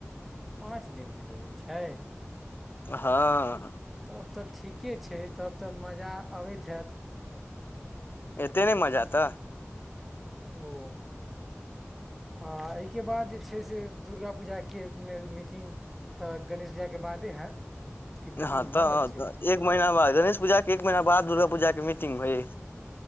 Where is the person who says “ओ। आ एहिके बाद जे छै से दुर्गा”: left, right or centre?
Centre